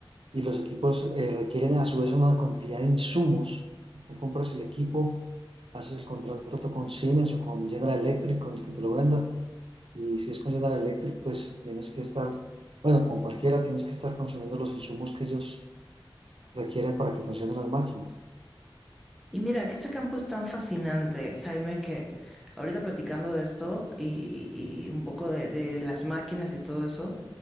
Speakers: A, on the right; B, in the centre.
A: y los equipos eh, requieren a su vez una cantidad de insumos. Tú compras el equipo, haces el contrato con Siemens o con General Electric, con el que te lo venda y si es con General Electric, pues tienes que estar, bueno, con cualquiera tienes que estar consumiendo los insumos que ellos requieren para que funcionen las máquinas.
B: Y mira, que este campo es tan fascinante, Jaime, que ahorita platicando de esto y, y un poco de, de las máquinas y todo eso,